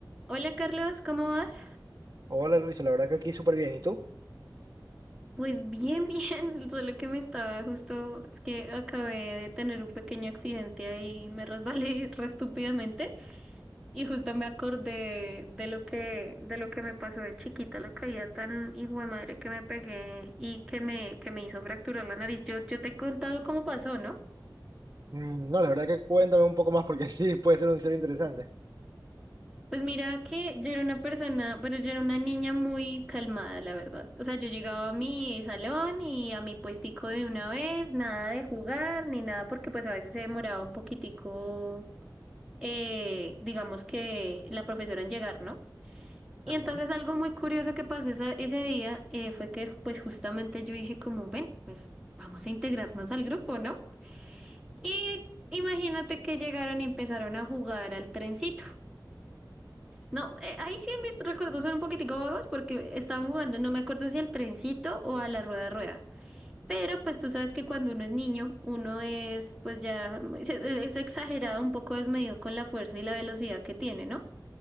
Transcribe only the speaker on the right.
Hola Luisa, la verdad que aquí súper bien. ¿Y tú?
Mm, No, la verdad que cuéntame un poco más porque <laughs> sí, puede ser una historia interesante.
Ajá.